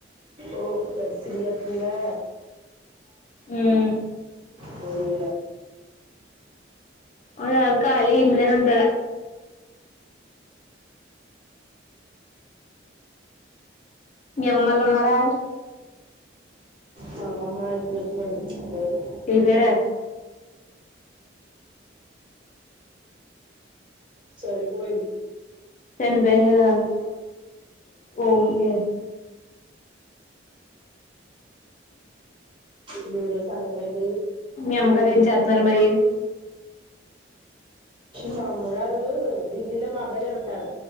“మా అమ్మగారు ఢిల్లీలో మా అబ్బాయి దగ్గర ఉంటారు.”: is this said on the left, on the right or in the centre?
Right